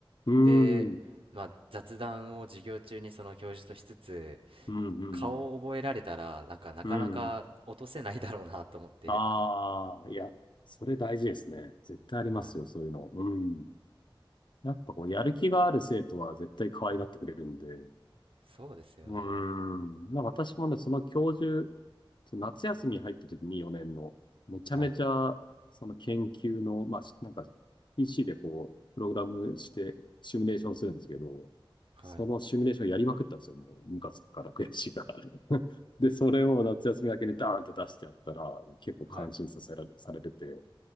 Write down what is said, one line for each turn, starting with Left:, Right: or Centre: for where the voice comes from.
Left: ーん、
Right: で、まあ、雑談を授業中にその教授としつつ
Left: うん、うん、
Right: 顔を覚えられたらなんかなかなか落とせないだろうなと思って
Left: うん。うんああはいはいうんうんうんうんうんうんああいや、それ大事ですね。絶対ありますよ、
Right: はい
Left: そういうの。うん。やっぱこう、やる気がある生徒は絶対可愛がってくれるんで、
Right: そうですよね
Left: うーん。まあ私もね、その教授、その夏休みに入った時に4年の、めちゃめちゃ、
Right: はい
Left: その研究の、まあ、しなんか PC でこう、プログラムしてシミュレーションするんですけど、
Right: はい
Left: そのシミュレーションやりまくったんですよ。もう、ムカつくから悔しいから。<laughs> で、それを夏休みだけにダーンって出してやったら、結構感心させられ、
Right: はい。
Left: されてて、